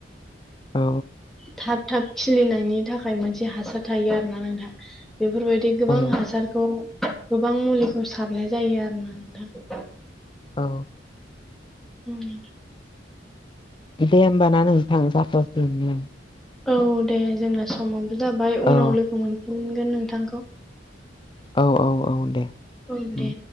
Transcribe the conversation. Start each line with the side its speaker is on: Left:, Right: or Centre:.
Left: औ
Centre: थाब थाब खिलिनायनि थाखाय मोनसे हासार थायो आरो ना नोंथां बेफोरबायदि गोबां
Left: औ
Centre: हासारखौ गोबां मुलिखौ सारनाय जायो आरोना नोंथां
Left: औ
Centre: नंगौ नोंथां
Left: दे होमबा ना नोंथां जाथसिगोन दे
Centre: औ दे जोंना समावबो जाबाय उनाव
Left: औ
Centre: लोगो मोनफिनगोन नोंथांखौ
Left: औ औ औ दे
Centre: औ दे
Left: उम